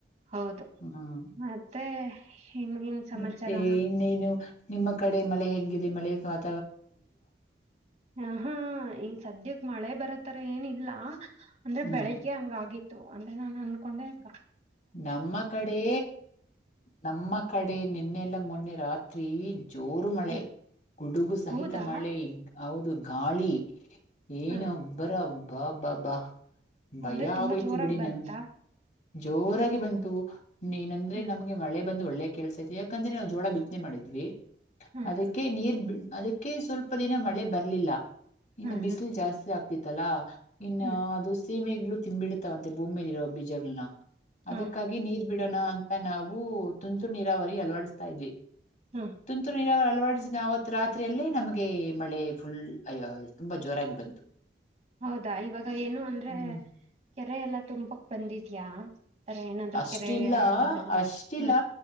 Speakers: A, on the right; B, on the left.
A: ಹೌದು
B: ಹ್ಮ್
A: ಮತ್ತೆ ಇನ್ನೇನ್ ಸಮಾಚಾರ
B: ಮತ್ತೆ ಇನ್ನೇನು ನಿಮ್ಮ ಕಡೆ ಮಳೆ ಹಂಗಿದೆ ಮಳೆಯ ಕಾ
A: ಹ ಹಾ ಈ ಸದ್ಯಕ್ ಮಳೆ ಬರತ್ತಾರ ಏನಿಲ್ಲ ಅಂದ್ರೆ
B: ಹ್ಮ್
A: ಬೆಳಿಗ್ಗೆ ಹಂಗ ಆಗಿತ್ತು ಇತ್ತು ಅಂದ್ರೆ ನಾನ್ ಅನ್ಕೊಂಡೆ ಬಾ
B: ನಮ್ಮ ಕಡೆ ನಮ್ಮ ಕಡೆ ನಿನ್ನೆಲ್ಲ ಮೊನ್ನೆ ರಾತ್ರಿ ಜೋರು ಮಳೆ
A: ಹ್ಮ್
B: ಗುಡುಗು ಸಹಿತ
A: ಹೌದಾ
B: ಮಳೆ ಈ ಹೌದು ಗಾಳಿ ಏನು
A: ಹ್ಮ್
B: ಒಬ್ಬರ ವಾ ವಾ ವಾ ಭಯ
A: ಅಂದ್ರೆ ತುಂಬಾ
B: ಆಗೋಯ್ತು
A: ಜೋರಾಗಿ
B: ಬಿಡಿ
A: ಬಂತಾ
B: ನನ್ ಜೋರಾಗಿ ಬಂತು ಹ್ಮ ಏನಂದ್ರೆ
A: ಹ್ಮ್
B: ನಮಗೆಳೆ ಬಂದು ಒಳ್ಳೆ ಕೆಲ್ಸ್ವಿ ಯಾಕಂದ್ರೆ ನಾವು ಜೋಳ ಬಿತ್ನೆ ಮಾಡಿದ್ವಿ
A: ಹ್ಮ್
B: ಅದಕ್ಕೆ ನೀರ್ ಬಿ ಅದಕ್ಕೆ ಸ್ವಲ್ಪ ದಿನ ಮಳೆ ಬರ್ಲಿಲ್ಲ ಇನ್ನು
A: ಹ್ಮ್
B: ಬಿಸಿಲು
A: ಹ್ಮ್
B: ಜಾಸ್ತಿ ಆಗ್ತಿತ್ತಲ್ಲಾ ಇನ್ನು
A: ಹ್ಮ್
B: ಅದು ಸೀಮೆಗ್ ತಿಿಂದಬಿಡ್ತಾವಂತೆ ಭೂಮಿಯೇಲಿ ಇರ ಬೀಜಗಳನ ಅದಕ್ಕಾಗಿ
A: ಹ್ಮ್
B: ನೀರ್ ಬಿಡ್ ಬಿಡೋಣ ಅಂತ ನಾವು ತುಂತುರು ನೀರಾವರಿ ಅಳವಡಿಸ್ತಾ ಇದ್ವಿ
A: ಹ್ಮ್
B: ತಂತು ನೀರಾವರ ಲವಾಡಿನ ಅವವತ್ ರಾತ್ರಿಯಲ್ಲೇ ನಮಗೆ ಮಳೆ ಫುಲ್ ಅ ತುಂಬಾ ಜೋರಾಗಿ ಬಂತು
A: ಹೌದಾ ಇವಾಗ ಏನು ಅಂದ್ರೆ
B: ಹ್ಮ್.
A: ಕೆರೆ ಎಲ್ಲಾ ತುಂಬಕ್ ಬಂದಿದ್ಯಾ ತರ ಏನಾದ್ರು
B: ಅಷ್ಟಲ್ಲ
A: ಕೆರೆ ಅಲ್ಲ ಎಲ್ಲ
B: ಅಷ್ಟಲ್ಲ
A: ಹ್ಮ್